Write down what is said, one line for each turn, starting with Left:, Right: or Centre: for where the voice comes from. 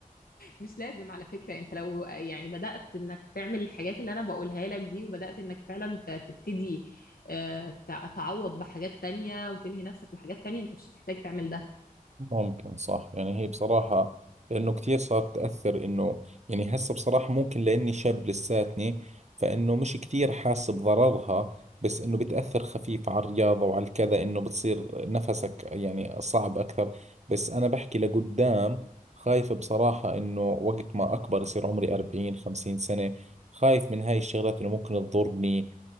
Left: مش لازم على فكرة انت لو يعني بدأت انك تعمل الحاجات اللي انا بقولها لك دي وبدأت انك فعلا ت- تبتدي آه، ت- تعوض بحاجات تانية وتلهي نفسك بحاجات تانية انت مش هتحتاج تعمل ده
Right: ممكن صح يعني هي بصراحة لأنه كثير صارت تأثر إنه يعني هسه بصراحة ممكن لأني شاب لساتني فإنه مش كثير حاسس بضررها بس إنه بتأثر خفيف على الرياضة وعلى الكذا إنه بتصير نفسك يعني صعب أكثر بس أنا بحكي لقدام خايف بصراحة إنه وقت ما أكبر يصير عمري 40 50 سنة خايف من هاي الشغلات إنه ممكن تضرني